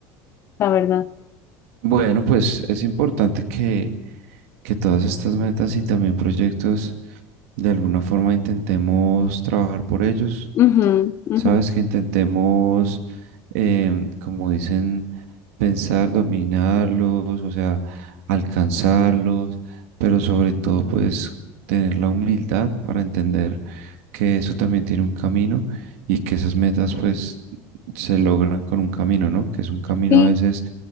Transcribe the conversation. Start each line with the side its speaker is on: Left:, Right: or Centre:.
Left: la verdad.
Right: Bueno, pues es importante que, que todas estas metas y también proyectos de alguna forma intentemos trabajar por ellos.
Left: Ujú, ujú.
Right: Sabes que intentemos, em, como dicen, pensar, dominarlos, o sea, alcanzarlos, pero sobre todo pues tener la humildad para entender que eso también tiene un camino y que esas metas pues se logran con un camino, ¿no? Que es un camino
Left: Sí,
Right: a veces